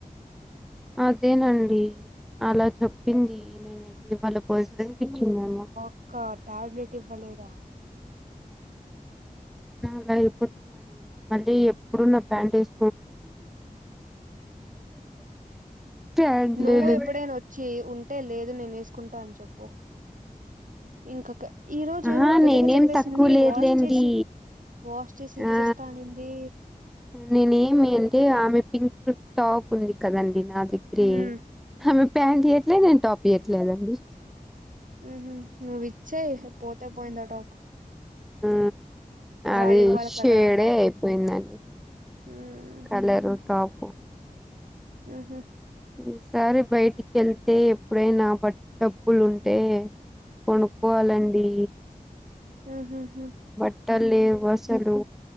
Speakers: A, in the centre; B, on the right (about 60°).
A: అదేనండి అలా చెప్పింది నేను వెళ్ళి వాళ్ళ పర్సనల్ కి ఇచ్చిందేమో
B: ఒక టాబ్లెట్ ఇవ్వలేదా
A: నా అలా అయిపోతుందండి మళ్ళీ ఎప్పుడు నా బ్యాండేజ్ ప్యాంట్
B: నువ్వు
A: లేనిది
B: ఎప్పుడైనా చే ఉంటే లేదు నేను వేసుకుంటా అని చెప్పు ఇంకొక ఈ రోజు
A: ఆహా
B: ఏమో పెద్దగా
A: నేనేం
B: చెప్పేసింది
A: తక్కువ లేదులేండి
B: వాష్ చేసి వాష్ చేసి ఇచ్చేస్తానంది
A: ఆ నేనేమి అంటే ఆమె పింక్ టాప్ ఉంది కదండి నా దగ్గరే
B: ఉమ్
A: అమె ప్యాంట్ ఇవట్లే నేను టాప్ ఇవ్వట్లేదండి
B: హ నువ్ ఇచ్చేయి పోతే పోయింది ఆ టాప్
A: ఆ అది
B: వాళ్ళు ఇవ్వాలి
A: షేడే
B: కదా అయినా
A: అయిపోయిందండి
B: ఉమ్
A: కలరు టాప్
B: ఆహ
A: ఈ సారి బయటికి వెళ్తే ఎప్పుడైనా బట్ డబ్బులు ఉంటే కొనుక్కోవాలండి
B: ఉ హు హు
A: బట్టల్లేవు అసలు